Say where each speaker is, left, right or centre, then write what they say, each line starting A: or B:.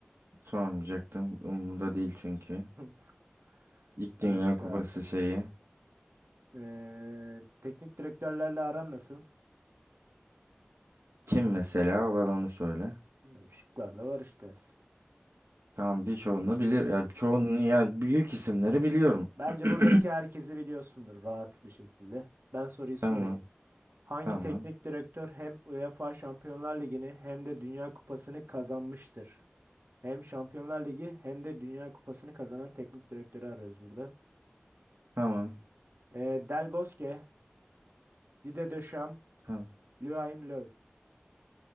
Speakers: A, on the right; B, on the right.
A: Sormayacaktım. Umurumda değil çünkü.
B: <laughs>
A: İlk
B: Kanka,
A: Dünya Kupası şeyi.
B: eee, teknik direktörlerle aran nasıl?
A: Kim mesela? Bana onu söyle.
B: Bilmiyorum, Şıklar da var işte.
A: Tamam birçoğunu
B: Şimdi söyleyemem.
A: bilir. Ya çoğunu ya büyük isimleri biliyorum.
B: Bence
A: <clears throat>
B: buradaki herkesi biliyorsundur rahat bir şekilde. Ben soruyu sorayım.
A: Tamam.
B: Hangi
A: Tamam.
B: teknik direktör hem UEFA Şampiyonlar Ligi'ni hem de Dünya Kupası'nı kazanmıştır? Hem Şampiyonlar Ligi hem de Dünya Kupası'nı kazanan teknik direktörü arıyoruz burada.
A: Tamam.
B: Ee, Del Bosque, Didier Deschamps,
A: Tamam.
B: Joachim Löw.